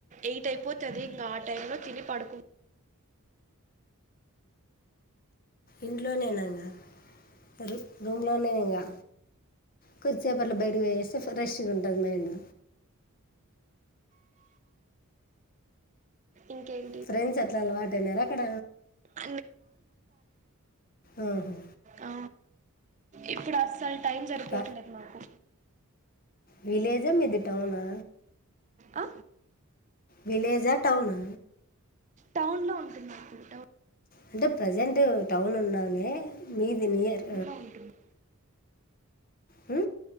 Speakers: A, on the right; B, on the left.
A: ఎయిట్ అయిపోతాది ఇంగ ఆ టైంలో తిని పడుకుం
B: ఇంట్లోనే ఇంగ రూ రూమ్లోనే ఇంగా కొద్దిసేపు అట్లా బయటికి పోయి వస్తే ఫ్రెష్ గా ఉంటది మైండ్
A: ఇంకేంటి
B: ఫ్రెండ్స్ అట్లా అలవాటైనారా అక్కడ
A: <unintelligible>
B: ఆహా!
A: ఆ ఇప్పుడు అసలు టైం సరిపోవట్లేదు
B: ప
A: మాకు
B: విలేజా మీది టౌనా
A: ఆ
B: విలేజా టౌనా
A: టౌన్ లో ఉంటుందనుకుంటా
B: అంటే ప్రజెంట్ టౌన్ ఉన్నావులే మీది నియర్
A: కుంట ఉంటుంది
B: ఉ